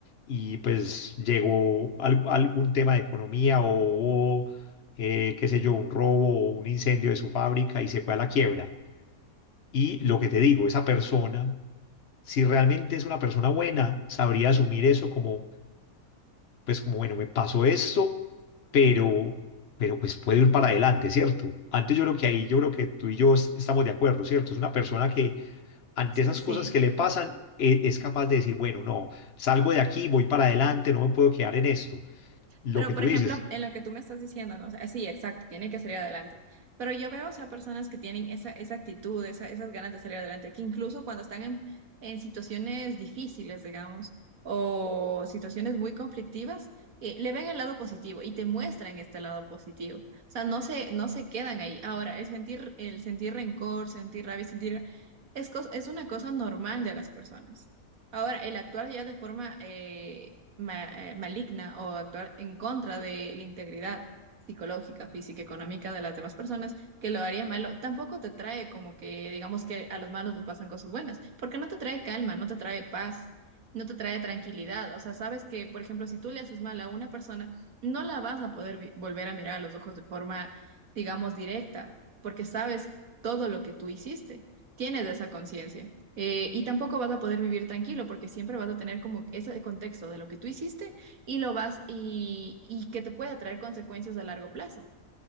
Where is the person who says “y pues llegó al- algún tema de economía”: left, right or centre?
Left